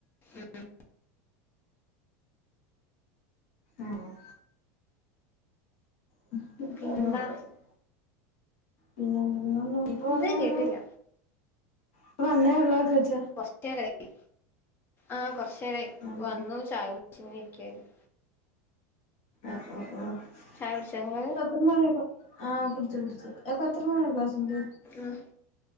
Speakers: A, on the left; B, on the left.
A: ഉം
B: ആഹ് <unintelligible>
A: പിന്നെന്താ
B: പിന്നെ <unintelligible> ഇപ്പൊ വന്നേ
A: ഇത് കേട്ടില്ല
B: ഒള്ളൂ ഇപ്പ വന്നേ ഉള്ളോ ചോയിച്ച
A: കുറച്ചേരായി ആഹ് കൊറച്ച് നേരായി
B: അതെ
A: വന്നു ചായ കുടിച്ച് ഇങ്ങനെ ഇരിക്കായിരുന്നു
B: ആഹ് ആഹ് ആഹ്
A: ചായ കുടിച്ച ഇങ്ങള്
B: ഇപ്പൊ എത്ര നാൾ ആഹ് കുടിച്ചു കുടിച്ചു അപ്പൊ എത്രവരെ ക്ലാസ്ണ്ട്
A: ആഹ്